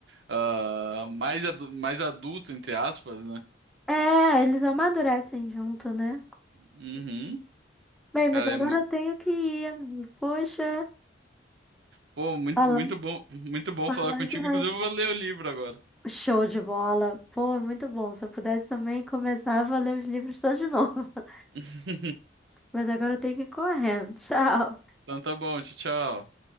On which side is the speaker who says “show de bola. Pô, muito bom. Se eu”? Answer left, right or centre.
Centre